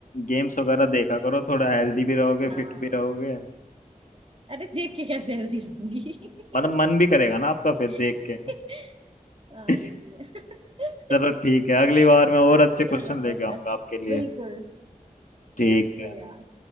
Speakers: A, on the left; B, on the right.
A: गेम्स वगैरह देखा करो थोड़ा हेल्दी भी रहोगे
B: हाँ
A: फिट भी रहोगे
B: अरे देख के कैसे हेल्दी रहूंगी
A: मतलब
B: <laughs>
A: मन भी करेगा ना आपका फिर
B: <laughs>
A: देख के
B: हाँ
A: <laughs>
B: ये भी है <laughs>
A: चलो ठीक है अगली बार मैं और अच्छे क्वेश्चन
B: चलो
A: लेके
B: तो
A: आऊंगा
B: फिर
A: आपके लिए
B: बिल्कुल
A: ठीक
B: बिल्कुल
A: है
B: यार